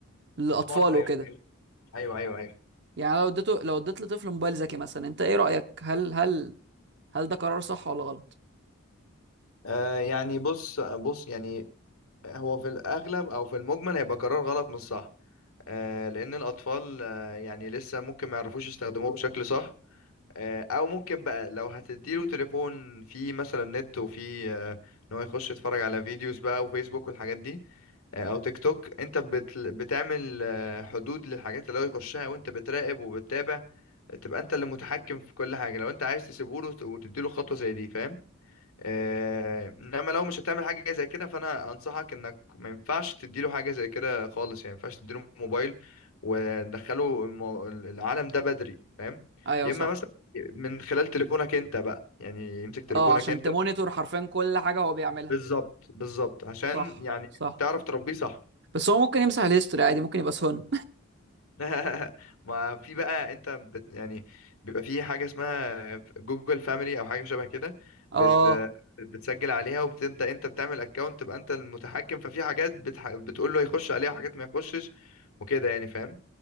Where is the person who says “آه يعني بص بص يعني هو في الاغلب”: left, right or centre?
Left